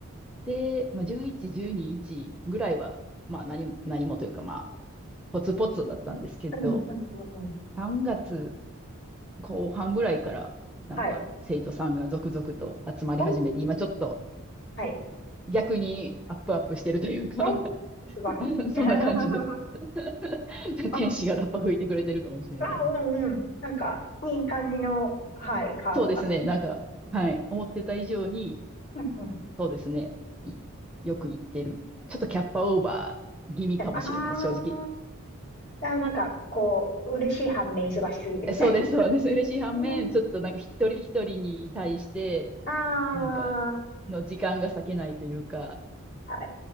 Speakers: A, in the centre; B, on the left.
A: で、まあ、11、12、1ぐらいは、まあ、何も、何もというか、まあ、ポツポツだったんですけど、
B: うんうんうんうん。
A: 3月後半ぐらいから、なんか生徒さんが続々と集まり始めて、
B: はい。おー
A: 今ちょっと
B: はい。
A: 逆にアップアップしてるというか
B: おー素晴らしい。
A: <laughs>
B: <laughs>
A: そんな感じです。<laughs>
B: あ、
A: 天使がラッパ吹いてくれてるかもしれないです。
B: あ、うんうん。なんか、いい感じの、はい、カードなので。
A: そうですね、なんか、はい、思ってた以上に、
B: うんうん。
A: そうですね、いよく言ってる。ちょっとキャッパオーバー気味かもしれないです、
B: ああ
A: 正直。
B: ー、あなんか、こう、嬉しい反面忙しすぎてみたいな。
A: えそうです、そうです。嬉しい反面、
B: うん
A: ちょっとなんか一人一人に対して、
B: あ
A: なんか、
B: あ、
A: の時間が割けないというか、
B: は